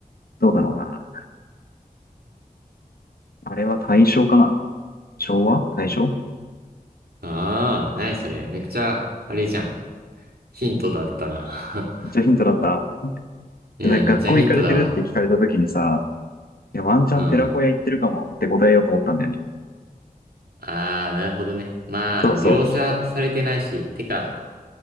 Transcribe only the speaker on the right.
ああ、何それ。めっちゃ、あれじゃん。ヒントだったな。
<laughs> うん、
めっちゃヒントだわ。
うん。ああ、なるほどね。まあ、
描写されてないし、てか、